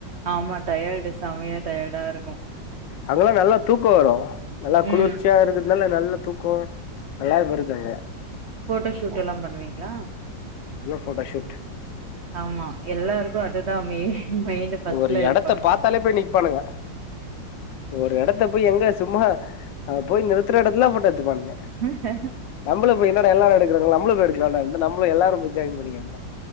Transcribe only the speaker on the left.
அங்கல்லா நல்லா தூக்கோ வரு நல்லா குளுர்ச்சியா
இருக்கறதுனால நல்லா தூக்கோ நல்லாவே வருது அங்க
ஃபோட்டோஷூட்
ஒரு எடத்த
பாத்தாலே போய் நிப்பானுங்க ஒரு எடத்த போய் எங்க சும்மா அங்க போய் நிறுத்துற எடத்துலல்லா போட்டோ எடுத்துக்குவானுங்க
நம்மளு போய் என்னாடா எல்லாரு எடுக்குறாங்க நம்மளு போய் எடுக்கலாண்டா நம்மளு எல்லாரு போய் என்ஜாய் <unintelligible>